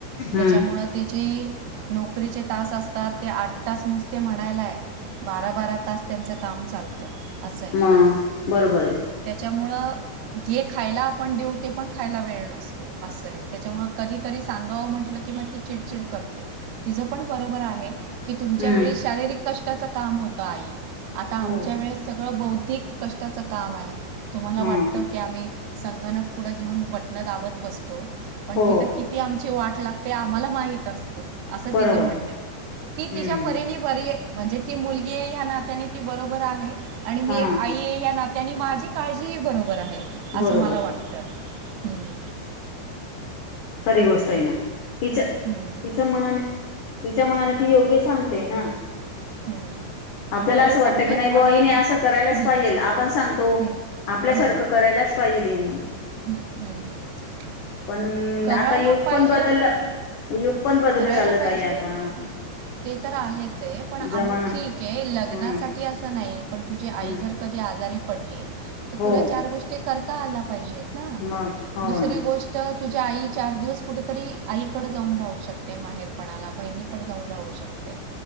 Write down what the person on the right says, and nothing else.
त्याच्यामुळं तिची नोकरीचे तास असतात ते आठ तास नुसते म्हणायलाय. बारा बारा तास त्यांचं काम चालतं. असंय
त्याच्यामुळं जे खायला आपण देऊ ते पण खायला वेळ नसतो असंय त्याच्यामुळे कधीतरी सांगां म्हंटलं की मग ती चिडचिड कर तीच पण बरोबर आहे. कि तुमच्या
वेळी शारीरिक कष्टाच काम होत आई आता आमच्या
वेळेस सगळं बौद्धिक बौद्धिक कष्टाचं काम आहे तुम्हाला
वाटतं की आम्ही संगणक पुढं घेऊन बटणं दाबत बसतो पण
तिथं किती आमची वाट लागते. ते आम्हाला माहित असत असं
तिचं म्हणणं आहे ती तिच्या
परीणी बरी म्हणजे ती मुलगी आहे या नात्याने ती बरोबर आहे आणि मी
एक आई या नात त्यांनी माझी काळजी ह बरोबर आहे असं
मला वाटतं हम्म.
हम्म,
हम्म.
योग्य
सांगत
आहे
हम्म,
हम्म,
हम्म,
हम्म, हम्म, हम्म.
करायला
पाहिजे,
करायला
पाहिजे.
ते तर आहेच आहे पण अहो
ठीक आहे लग्नासाठी
असं नाही पण तुझी आई
जर कधी आजारी पडली तर
तुला चार गोष्टी करता आल्या पाहिजे. ना
दुसरी
गोष्ट तुझ्या आई चार दिवस कुठेतरी आईकडं जाऊन राहू शकते माहेरपणाला बहिणीकडें जाऊन राहू शकते.